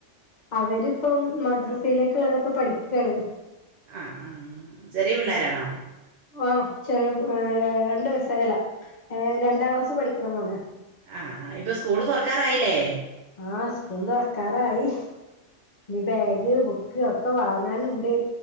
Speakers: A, on the left; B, on the right.
A: അവര്പ്പം മദ്രസയിലേക്ക്ള്ളതൊക്കെ പഠിക്കാണ്.
B: ആഹ് ആ ചെറിയേ പിള്ളേരാണോ?
A: ഓഹ് ചെറിയേ ര രണ്ടു വയസാ യല്ലാ ഏ രണ്ടാം ക്ലാസ്സ് പഠിക്ക്ണ മോനാ.
B: ആഹ്, ഇപ്പൊ സ്കൂള് തൊറക്കാറായില്ലേ?
A: ആഹ് സ്കൂള് തൊറക്കാറായി ഇനി ബാഗ് ബു ക്ക് ഒക്കെ വാങ്ങാന്ണ്ട്.